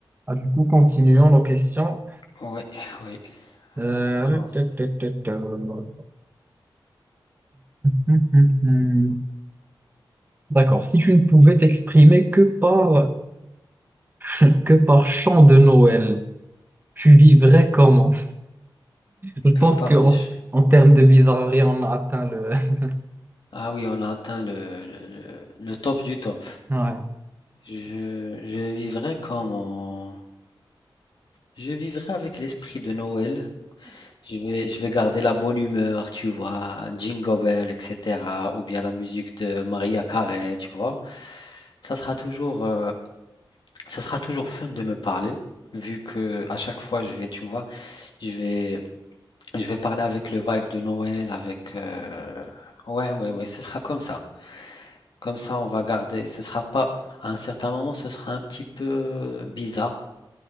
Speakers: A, on the right; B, on the left.
A: Ah, du coup, continuons nos questions.
B: Oui, oui,
A: Euh,
B: allons-y.
A: ta, ta, ta, ta. Hum, hum, hum. D'accord. Si tu ne pouvais t'exprimer que par <laughs> que par chant de Noël, tu vivrais comment? Je pense
B: Que par
A: que en,
B: des... ch-
A: en termes de bizarrerie, on a atteint le. <laughs>
B: Ah oui, on a atteint le, le, le- le top du top.
A: Ouais.
B: Je, je vivrai comme en- Je vivrai avec l'esprit de Noël. Je vais, je vais garder la bonne humeur, tu vois, Jingle Bell, etc. Ou bien la musique de Maria Carey, tu vois. Ça sera toujours, euh, ça sera toujours fun de me parler, vu que à chaque fois je vais, tu vois, je vais, Je vais parler avec le vibe de Noël, avec... euh, Ouais, ouais, ouais, ce sera comme ça. Comme ça, on va garder. Ce sera pas... À un certain moment, ce sera un petit peu bizarre.